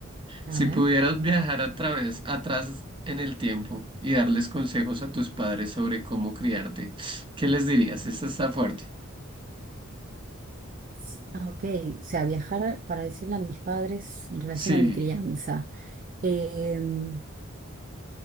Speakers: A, on the right; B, on the right.
A: A
B: Si
A: ver.
B: pudieras viajar a través, atrás en el tiempo y darles consejos a tus padres sobre cómo criarte, ¿qué les dirías? Esta está fuerte.
A: S- ah, Ok, o sea, viajar para decirle a mis padres en relación
B: Sí,
A: a mi crianza. Em,